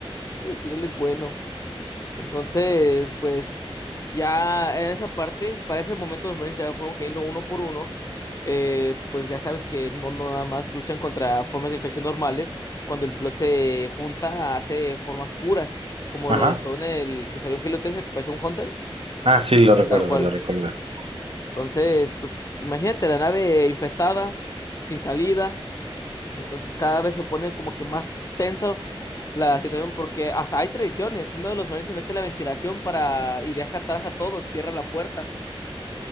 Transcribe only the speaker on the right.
Ajá.
Ah, sí, lo recuerdo,
lo recuerdo.